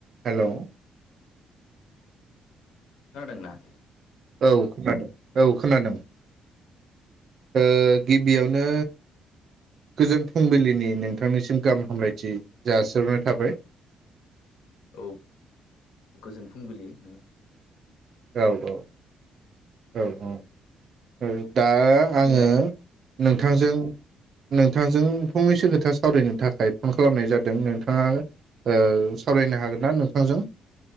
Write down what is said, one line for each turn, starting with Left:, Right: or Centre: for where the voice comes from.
Right: हेल'‌
Left: खोनादोंना?
Right: औ खोनादों औ खोनादों ओ गिबियावनो गोजोन फुंबिलिनि नोंथांनिसिम गाहाम हामलायथि जासिहरनाय थाबाय।
Left: औ गोजोन फुंबिलि नों
Right: औ औ औ औ ओ दा आङो
Left: बुंलाय
Right: नोंथांजों नोंथांजों फंनैसो खोथा सावरायनो थाखाय फन खालामनाय जादों नोंथाङा ओ सावरायनो हागोन ना नोंथांजों?